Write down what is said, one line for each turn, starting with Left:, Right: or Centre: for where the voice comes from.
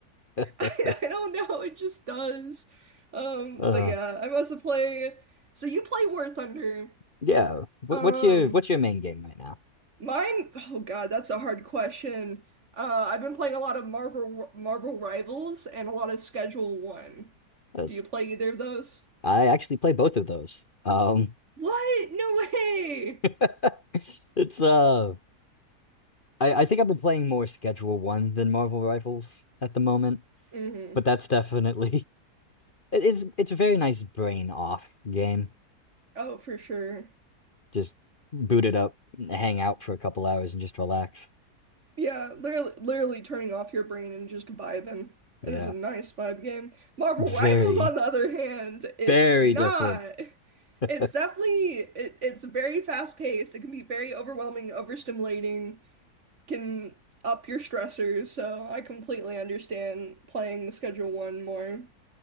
Left: <laughs>
Right: I, I don't know. It just does. Um,
Left: uh,
Right: but yeah, I also play. So you play War Thunder.
Left: yeah. What,
Right: Um,
Left: what's your what's your main game right now?
Right: mine. Oh God, that's a hard question. Uh, I've been playing a lot of Marvel Marvel Rivals and a lot of Schedule One.
Left: 'Cause
Right: Do you play either of those?
Left: I actually play both of those. Um,
Right: What? No way.
Left: <laughs> it's uh, I, I think I've been playing more Schedule One than Marvel Rivals at the moment.
Right: hmm
Left: But that's definitely <laughs> it- it's it's a very nice brain off game.
Right: Oh, for sure.
Left: Just boot it up, hang out for a couple hours and just relax.
Right: Yeah, literally, literally turning off your brain and just vibing.
Left: Yeah.
Right: It is a nice vibe game. Marvel
Left: Very,
Right: Rivals, on the other hand, is
Left: very
Right: not.
Left: different. <laughs>
Right: It's definitely it, it's very fast paced. It can be very overwhelming, overstimulating, can up your stressors. So I completely understand playing Schedule One more.